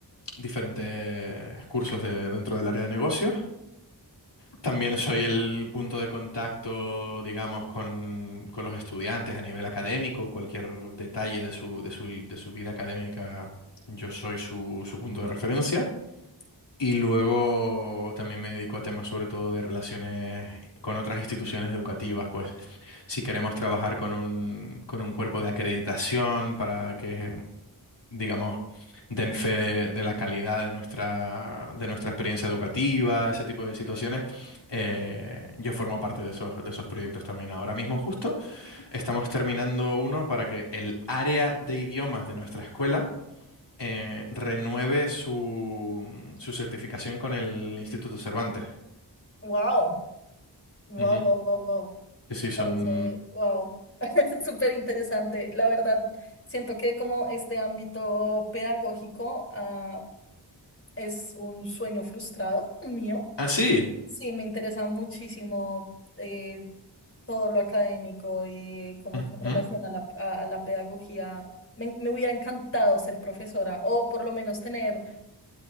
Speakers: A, on the left; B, on the left.
A: diferentes cursos de- dentro del área de negocios. También soy el punto de contacto, digamos, con, con los estudiantes a nivel académico. Cualquier detalle de su, de su, de su vida académica, yo soy su, su punto de referencia. Y luego también me dedico a temas sobre todo de relaciones con otras instituciones educativas, pues si queremos trabajar con un, con un cuerpo de acreditación para que, digamos, den fe de, de la calidad de nuestra, de nuestra experiencia educativa, ese tipo de situaciones, eh, yo formo parte de esos, de esos proyectos también. Ahora mismo justo estamos terminando uno para que el área de idiomas de nuestra escuela eh, renueve su, su certificación con el Instituto Cervantes.
B: Wow, wow,
A: Ujú.
B: wow, wow, wow.
A: Sí, sí,
B: Me
A: son...
B: parece, wow. <laughs> súper interesante. La verdad, siento que como este ámbito pedagógico, ah, es un sueño frustrado mío.
A: Ah, sí.
B: Sí, me interesa muchísimo eh, todo lo académico y como
A: Ujú.
B: con relación a la, a- a la pedagogía. Me, me hubiera encantado ser profesora o por lo menos tener